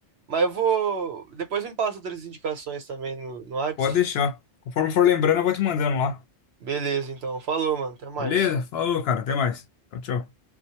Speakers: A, on the right (about 65°); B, on the left (about 65°).
A: mas eu vou. Depois me passa outras indicações também no, no Whats.
B: Pode deixar. Conforme for lembrando, eu vou te mandando lá.
A: Beleza, então. Falou, mano. Até mais.
B: Beleza? Falou, cara. Até mais. Tchau, tchau.